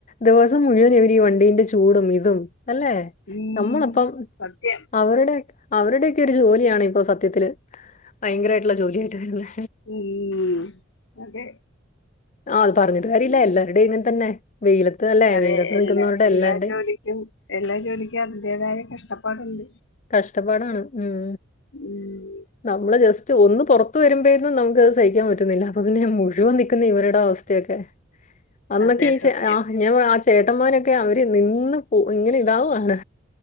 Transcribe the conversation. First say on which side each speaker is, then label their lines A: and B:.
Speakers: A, on the left (about 40°); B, on the left (about 65°).
A: ദിവസം മുഴുവൻ ഇവര് ഈ വണ്ടീന്റെ ചൂടും ഇതും അല്ലെ
B: ഉം
A: നമ്മളപ്പം
B: സത്യം
A: അവരുടെയൊക്കെ അവരുടെയൊക്കെ ഒരു ജോലിയാണ് ഇപ്പോ സത്യത്തില് ഭയങ്കരായിട്ടുള്ള ജോലിയായിട്ട് വരുന്നെ
B: ഉം അതെ
A: ആ അത് പറഞ്ഞിട്ട് കാര്യല്യ
B: ഉം
A: എല്ലാരുടെയും ഇങ്ങനെ തന്നെ വെയിലത്ത് അല്ലെ
B: അതെ
A: വെയിലത്ത്
B: എല്ലാ
A: നിക്കുന്നവരുടെ
B: എല്ലാ
A: എല്ലാവരുടെയും
B: ജോലിക്കും എല്ലാ ജോലിക്കും അതിന്റെതായ കഷ്ടപ്പാടുണ്ട്
A: കഷാടപ്പാടാണ് ഉം
B: ഉം
A: നമ്മള് ജസ്റ്റ്‌ ഒന്ന് പുറത്തു വരുമ്പോഴക്കും നമുക്ക് സഹിക്കാൻ പറ്റുന്നില്ല അപ്പൊ പിന്നെ മുഴുവൻ നിൽക്കുന്ന ഇവരുടെ അവസ്ഥയൊക്കെ അന്നൊക്കെ
B: അതെ
A: ഈ ച
B: സത്യം
A: ആ ഞാൻ പറ ആ ചേട്ടന്മാരൊക്കെ അവര് നിന്ന് പോ ഇങ്ങനെ താവാണ്